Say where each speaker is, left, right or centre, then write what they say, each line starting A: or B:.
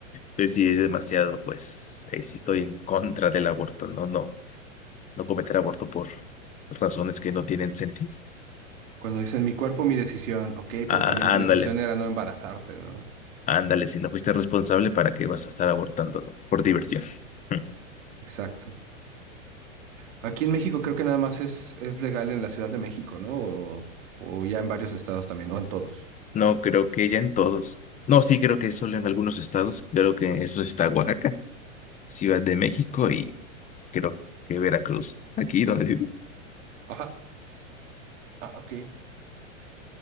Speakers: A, on the left; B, on the right.
A: pues sí, es demasiado, pues ahí sí estoy en contra del aborto, no, no, no cometer aborto por razones que no tienen sentido.
B: Cuando dicen mi cuerpo, mi decisión. Ok, pero
A: Ah,
B: también tu
A: ándale,
B: decisión era no embarazarte, ¿no?
A: ándale, si no fuiste responsable, ¿para qué vas a estar abortando, no? Por diversión. <laughs>
B: Exacto. Aquí en México creo que nada más es, es legal en la Ciudad de México, ¿no? O, o ya en varios estados también, o en todos.
A: No, creo que ya en todos. No, sí, creo que solo en algunos estados. Creo que eso sí está Oaxaca, Ciudad de México y creo que Veracruz, aquí donde vivo.
B: Ajá. Ah, ok.